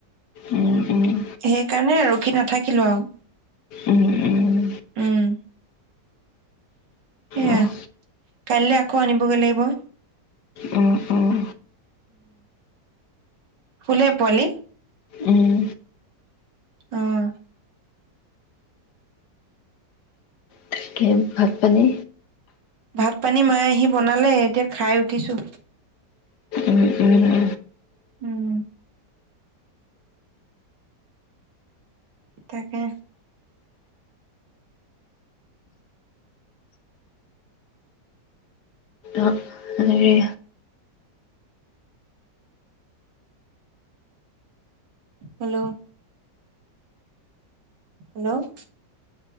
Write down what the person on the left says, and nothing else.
উম উম
উম, উম।
অঁ
উম উম
উম
তাকে ভাত, পানী
উম উম
অঁ হেৰি